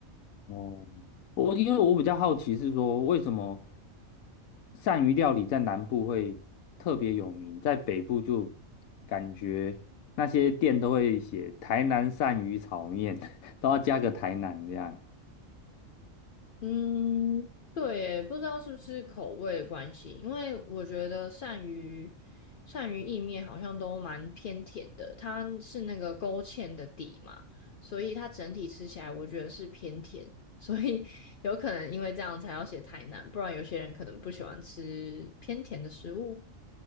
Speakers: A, on the left; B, on the left.
A: 哦，我因为我比较好奇是说，为什么鳝鱼料理在南部会特别有名，在北部就感觉那些店都会写台南鳝鱼炒面，<laughs> 都要加个台南这样。
B: 嗯，对耶不知道是不是口味的关系，因为我觉得鳝鱼鳝鱼意面好像都蛮偏甜的，它是那个勾芡的底嘛，所以它整体吃起来我觉得是偏甜，所以 <laughs> 有可能因为这样才要写台南，不然有些人可能不喜欢吃偏甜的食物。